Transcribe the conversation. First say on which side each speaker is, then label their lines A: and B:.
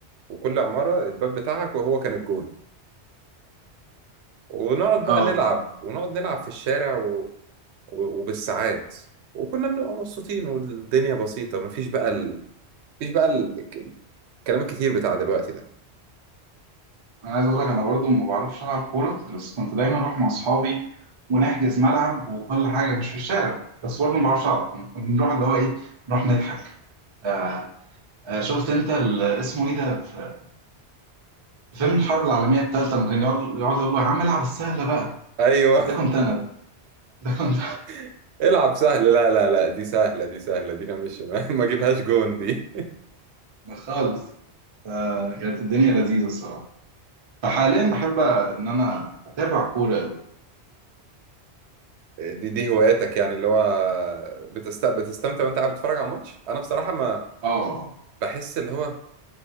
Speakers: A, on the right; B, on the right.
A: وكل عمارة الباب بتاعك وهو كان الجون ونقعد بقى
B: اه
A: نلعب ونقعد نلعب في الشارع و... و... وبالساعات وكنا بنبقى مبسوطين والدنيا بسيطة مفيش بقى ال... مفيش بقى ال... الكلام الكتير بتاع دلوقتي ده
B: انا عايز اقول لك انا برضو ما بعرفش العب كوره بس كنت دايما اروح مع اصحابي ونحجز ملعب وكل حاجه مش في الشارع بس برضو ما بعرفش العب يعني كنا نروح اللي هو ايه نروح نضحك آه آه، شفت انت ال- اسمه ايه ده في في فيلم الحرب العالميه الثالثه لما كان يقعد يقعد يقول له يا عم العب السهله بقى
A: ايوه
B: ده كنت انا ده ده كنت
A: <laughs> العب سهل لا لا لا دي سهلة دي سهلة دي انا مش <laughs> ما ما اجيبهاش جون دي
B: <laughs> أنا خالص آه كانت الدنيا لذيذه الصراحه فحاليا بحب ان انا اتابع كوره قوي
A: دي دي هواياتك يعني اللي هو بتست... بتستمتع وانت قاعد بتتفرج على الماتش انا بصراحه ما
B: اه
A: بحس اللي هو